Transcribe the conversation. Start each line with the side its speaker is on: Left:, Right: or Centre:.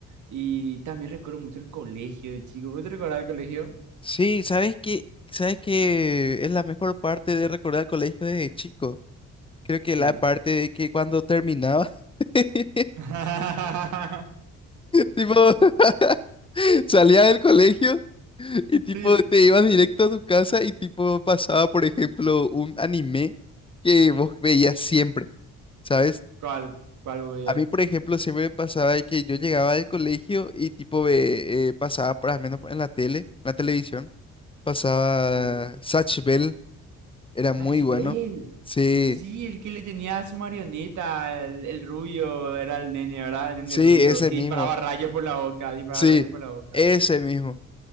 Right: Y también recuerdo mucho el colegio, de chico. ¿Vos te recordás el colegio?
Left: Sí, ¿sabes qué? ¿Sabes qué es la mejor parte de recordar el colegio desde chico? Creo que
Right: ¿Qué?
Left: la parte de que cuando terminaba, <laughs>
Right: <laughs>
Left: tipo, <laughs> salía del colegio y tipo
Right: Sí.
Left: te ibas directo a tu casa y tipo pasaba, por ejemplo, un anime que vos veías siempre. ¿Sabes?
Right: ¿Cuál? ¿Cuál voy
Left: A
Right: a
Left: mí, por ejemplo, siempre me pasaba de que yo llegaba del colegio y tipo ve- eh, pasaba, por al menos en la tele, en la televisión, pasaba
Right: Sí.
Left: Satch Bell, era muy
Right: Catch
Left: bueno.
Right: Bell.
Left: Sí,
Right: Sí, el que le tenía a su marioneta, el, el rubio, era el nene, ¿verdad? El nene
Left: sí,
Right: rubio,
Left: ese
Right: que
Left: mismo.
Right: disparaba rayos por la boca, disparaba
Left: Sí,
Right: rayos por la boca.
Left: ese mismo.